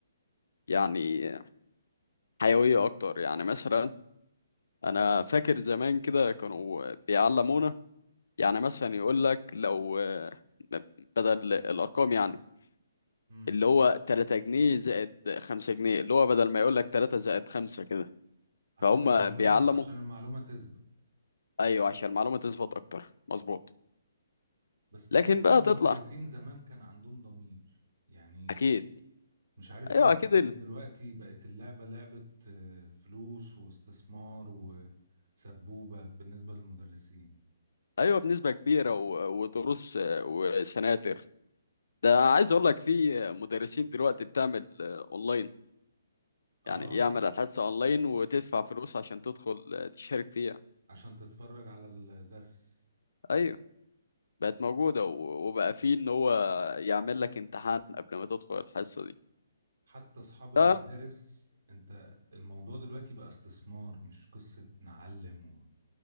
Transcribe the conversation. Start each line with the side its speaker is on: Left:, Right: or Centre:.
Left: يعني حيويه اكتر يعني مثلا انا فاكر زمان كده كانوا بيعلمونا يعني مثلا يقول لك لو آه، بدل الارقام يعني
Right: امم
Left: اللي هو 3 جنيه زائد 5 جنيه اللي هو بدل ما يقول لك 3 زائد 5 كده
Right: عشان
Left: فهم
Right: المعلومة
Left: بيعلموا
Right: عشان المعلومة تسبق
Left: ايوه عشان المعلومه تثبت اكتر مظبوط
Right: بس تحس
Left: لكن بقى
Right: ان المدرسين
Left: تطلع
Right: زمان كان عندهم ضمير يعني
Left: اكيد
Right: مش عارف
Left: ايوه
Right: ليه حاسس
Left: اكيد ال...
Right: دلوقتي بقت اللعبة لعبة آه، فلوس واستثمار وسبوبة بالنسبة للمدرسين
Left: ايوه بنسبه كبيره و... ودروس آه، وسناتر ده عايز اقول لك في مدرسين دلوقتي بتعمل آه، اونلاين
Right: اه
Left: يعني يعمل الحصه اونلاين وتدفع فلوس عشان تدخل آه، تشارك فيها
Right: عشان تتفرج على الدرس
Left: ايوه بقت موجودة و- وبقى فيه ان هو يعمل لك امتحان قبل ما تدخل الحصة دي
Right: حتى اصحاب المدارس
Left: ف-
Right: انت الموضوع دلوقتي بقى استثمار مش قصة نعلم و...